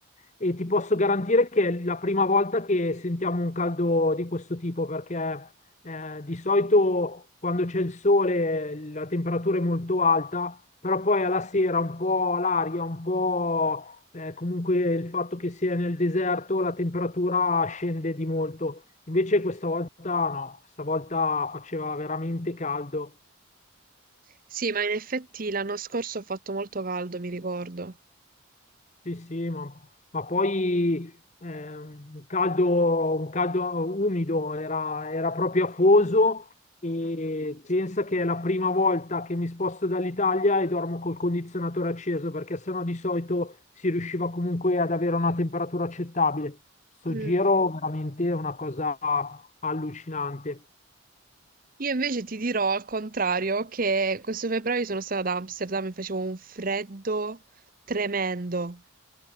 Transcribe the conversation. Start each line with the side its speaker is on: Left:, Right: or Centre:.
Left: e ti posso garantire che è la prima volta che sentiamo un caldo di questo tipo, perché eh, di solito quando c'è il sole la temperatura è molto alta, però poi alla sera un po' l'aria, un po' eh, comunque il fatto che sia nel deserto, la temperatura scende di molto. Invece questa volta no, questa volta faceva veramente caldo.
Right: Sì, ma in effetti l'anno scorso ho fatto molto caldo, mi ricordo.
Left: Sì, sì, ma, ma poi eh, un caldo, un caldo umido, era, era proprio afoso e pensa che è la prima volta che mi sposto dall'Italia e dormo col condizionatore acceso perché sennò di solito si riusciva comunque ad avere una temperatura accettabile. Sto
Right: Mm.
Left: giro veramente è una cosa allucinante.
Right: Io invece ti dirò al contrario che questo febbraio sono stata ad Amsterdam e facevo un freddo tremendo.